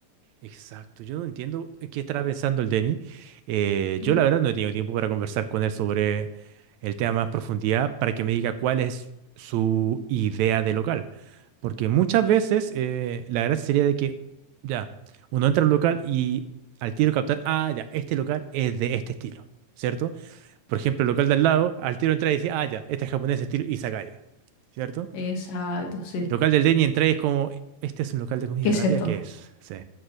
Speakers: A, on the right; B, on the left.
A: Exacto, yo no entiendo en qué estará pensando el Denny. Eh,
B: ¿Mm?
A: yo la verdad no he tenido tiempo para conversar con él sobre el tema más profundidad para que me diga cuál es su idea de local. Porque muchas veces eh, la gracia sería de que, ya, uno entra al local y al tiro captar, ah, ya, este local es de este estilo, ¿cierto? Por ejemplo, el local del lado, al tiro entra y dice, ah, ya, este es japonés de estilo izakaya, ¿cierto?
B: Exacto, sí.
A: El local del Denny entra y es como, este es un local de comida
B: ¿Qué es
A: rápida,
B: esto?
A: ¿qué es? Sí.